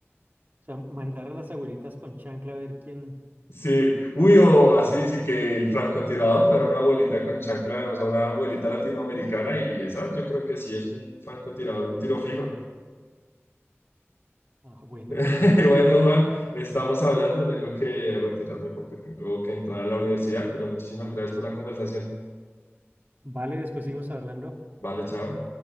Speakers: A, on the right (about 40°); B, on the left (about 75°).
A: sea, mandar a las abuelitas con chancla a ver quién.
B: Sí, uy, o así, sí que el francotirador fuera una abuelita con chancla, o sea, una abuelita latinoamericana y esas yo creo que sí es un francotirador, un tiro fijo.
A: Ah, bueno,
B: <laughs>
A: sí. este,
B: Bueno, Juan, estamos hablando, tengo que retirarme porque tengo que entrar a la universidad, pero muchísimas gracias por la conversación.
A: Vale, después seguimos hablando.
B: Vale, chao.